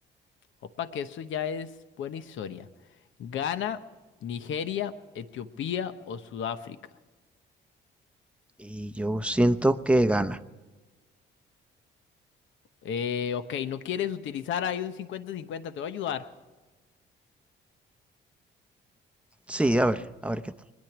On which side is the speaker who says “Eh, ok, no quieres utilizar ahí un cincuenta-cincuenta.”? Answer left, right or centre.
Left